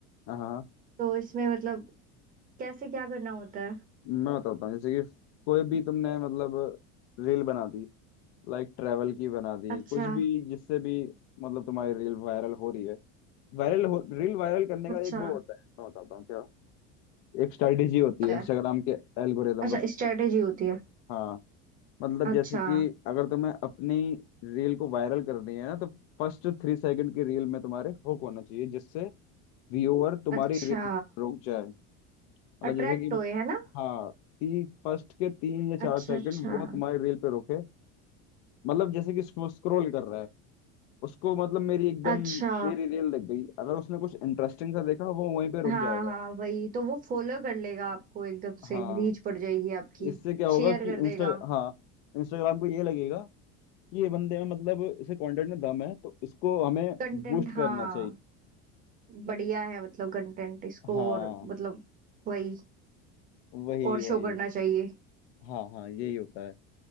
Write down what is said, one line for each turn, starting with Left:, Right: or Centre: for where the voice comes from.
Left: हाँ
Right: तो इसमें मतलब कैसे क्या करना होता है
Left: मैं बताता हूँ जैसे कि कोई भी तुमने मतलब रील बना दी लाइक ट्रैवल की बना दी
Right: अच्छा
Left: कुछ भी जिससे भी मतलब तुम्हारी रील वायरल हो रही है वायरल हो रील वायरल करने
Right: अच्छा
Left: का एक वो होता है मैं बताता हूँ क्या एक स्ट्रेटेजी होती
Right: होता
Left: है इंस्टाग्राम
Right: है
Left: के एल्गोरिदम
Right: अच्छा
Left: का
Right: स्ट्रेटेजी होती है
Left: हाँ मतलब
Right: अच्छा
Left: जैसे कि अगर तुम्हें अपनी रील को वायरल करनी है ना तो फर्स्ट थ्री सेकंड की रील में तुम्हारे हुक होना चाहिए जिससे व्यूअर तुम्हारी
Right: अच्छा
Left: रील रुक जाए मतलब
Right: अट्रैक्ट
Left: जैसे कि
Right: होए है ना
Left: हाँ तीन फर्स्ट के तीन या चार
Right: अच्छा
Left: सेकंड
Right: अच्छा
Left: वो तुम्हारी रील पे रुके मतलब जैसे कि स्क्रॉल कर रहा है उसको मतलब मेरी एकदम
Right: अच्छा
Left: मेरी रील लग गई अगर उसने कुछ इंटरेस्टिंग सा देखा वो वहीं पे रुक
Right: हाँ
Left: जाएगा
Right: हाँ वही तो वो फॉलो कर लेगा आपको एकदम से
Left: हाँ
Right: रीच पड़ जाएगी आपकी
Left: इससे क्या होगा
Right: शेयर
Left: कि
Right: कर देगा
Left: इंस्टा हाँ इंस्टाग्राम को ये लगेगा कि ये बंदे में मतलब इसे कंटेंट में दम है तो इसको हमें
Right: कंटेंट
Left: बूस्ट करना
Right: हाँ
Left: चाहिए
Right: बढ़िया है मतलब कंटेंट इसको
Left: हाँ
Right: और मतलब वही
Left: वही
Right: और शो
Left: वही
Right: करना चाहिए
Left: हाँ हाँ यही होता है